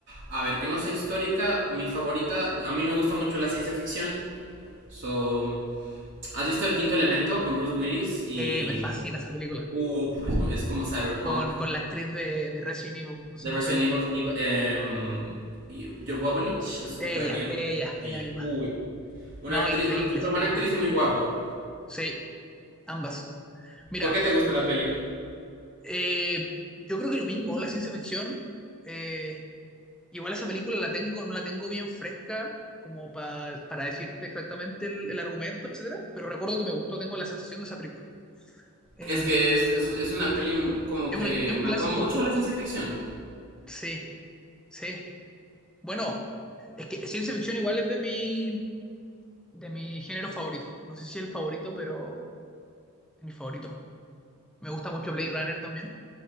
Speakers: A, on the right; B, in the centre.
A: a ver, que no sea histórica, mi favorita, a mí me gusta mucho la ciencia ficción. So, ¿has visto El Quinto Elemento con Bruce Willis? Y,
B: Sí, me fascina esa película.
A: uf, es, bu- es como cyberpunk.
B: Con, con la actriz de, de Resident Evil, nos
A: de
B: emociona.
A: Resident Evil, y, em, y Jovovich es
B: Ella,
A: ucraniano.
B: ella,
A: Ella.
B: ella misma.
A: Uy. Una,
B: No,
A: actriz,
B: increíble
A: una súper
B: esa
A: buena
B: película.
A: actriz y muy guapa.
B: Sí, ambas. Mira,
A: ¿Por qué te gusta la peli?
B: eh, yo creo que lo mismo, la ciencia ficción. eh, Igual esa película la tengo, no la tengo bien fresca como pa- para decirte exactamente el, el argumento, etcétera, pero recuerdo que me gustó, tengo la sensación de esa película. Eh,
A: Es que es, es- es una peli como
B: es
A: que
B: una- es un clásico,
A: marcó mucho la ciencia ficción.
B: sí, sí. Bueno, es que ciencia ficción igual es de mi, de mi género favorito. No sé si el favorito, pero de mi favorito. Me gusta mucho Blade Runner también.